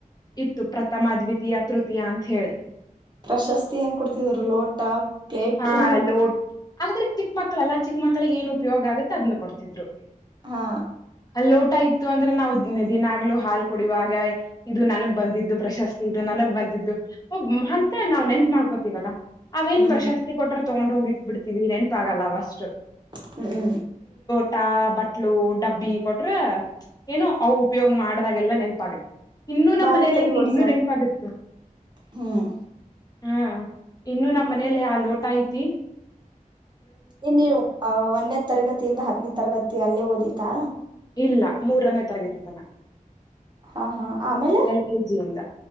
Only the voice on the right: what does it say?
ಪ್ರಶಸ್ತಿ ಏನ್ ಕೊಡ್ತಿದರು ಲೋಟ ಪ್ಲೇಟು
ಹಾ
ಹ್ಮ್
ಹ್ಮ್್ಮ
ಬಾರಿ
ತಲಿ ಓಡ್ಸ್ಯಾರ
ಹ್ಮ್
ಇ ನೀವು ಅ ಒಂದೇ ತರಗತಿಯಿಂದ ಹತ್ತನೇದ್ ತರಗತಿ ಅಲ್ಲೇ ಓದಿತಾ
ಹಾ ಹಾ ಆಮೇಲೆ